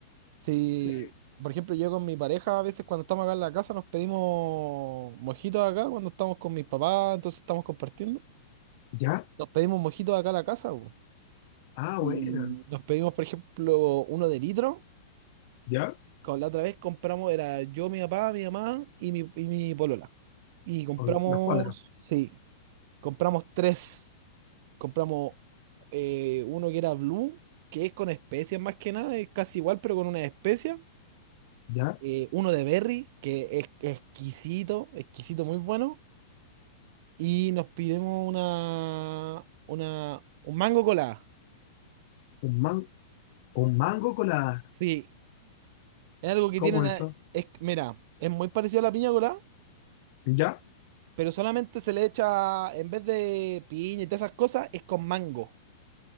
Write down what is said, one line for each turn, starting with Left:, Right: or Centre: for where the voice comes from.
Right: Sí.
Left: Sí.
Right: Por ejemplo, yo con mi pareja, a veces cuando estamos acá en la casa, nos pedimos mojitos acá, cuando estamos con mis papás, entonces estamos compartiendo.
Left: ¿Ya?
Right: Nos pedimos mojitos acá en la casa, po.
Left: Ah,
Right: Y
Left: bueno.
Right: nos pedimos, por ejemplo, uno de litro.
Left: ¿Ya?
Right: con la otra vez compramos, era yo, mi papá, mi mamá y mi, y mi polola. Y compramos,
Left: O- los cuadros.
Right: sí, compramos tres. Compramos eh, uno que era blue, que es con especias más que nada, es casi igual, pero con una especia.
Left: ¿Ya?
Right: Eh, uno de berry, que es exquisito, exquisito, muy bueno. Y nos pidimos una, una, un mango colada.
Left: Un, man, un mango colada.
Right: Sí, es algo que
Left: ¿Cómo
Right: tienen, a-
Left: es eso?
Right: es, mira, es muy parecido a la piña colada
Left: ¿Ya?
Right: pero solamente se le echa, en vez de piña y todas esas cosas, es con mango.